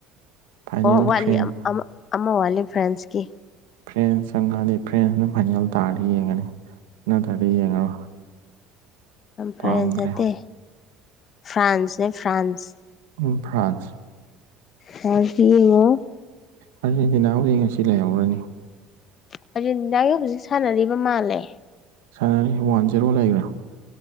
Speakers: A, on the right; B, on the left.
A: ꯐꯥꯏꯅꯦꯜ
B: ꯑꯣ ꯋꯥꯠꯂꯤ
A: ꯐ꯭ꯔꯦꯟ
B: ꯑꯃ ꯑꯃ ꯋꯥꯠꯂꯤ ꯐ꯭ꯔꯦꯟꯁꯀꯤ
A: ꯐ꯭ꯔꯦꯟꯁ ꯆꯪꯉꯛꯑꯗꯤ ꯐ꯭ꯔꯦꯟꯁꯅ ꯐꯥꯏꯅꯦꯜ ꯇꯥꯔꯗꯤ ꯌꯦꯡꯉꯅꯤ ꯅꯠꯇ꯭ꯔꯗꯤ ꯌꯦꯡꯉꯔꯣꯏ
B: ꯐ꯭ꯔꯦꯟ
A: ꯄꯥꯝꯗ꯭ꯔꯦ
B: ꯅꯠꯇꯦ ꯐ꯭ꯔꯥꯟꯁꯅꯦ ꯐ꯭ꯔꯥꯟꯁ
A: ꯎ ꯐ꯭ꯔꯥꯟꯁ
B: ꯍ ꯁꯤꯉꯣ <inaudible>
A: ꯑꯥꯔꯖꯦꯟꯇꯤꯅꯥ ꯍꯧꯖꯤꯛ ꯉꯁꯤ ꯂꯩꯍꯧꯔꯅꯤ
B: ꯍꯧꯖꯤ ꯅꯪꯒꯤ ꯍꯧꯖꯤꯛ ꯁꯥꯟꯅꯔꯤꯕ ꯃꯥꯜꯂꯦ
A: ꯁꯥꯟꯅꯅꯤ ꯋꯥꯟ ꯖꯦꯔꯣ ꯂꯩꯈꯔꯦ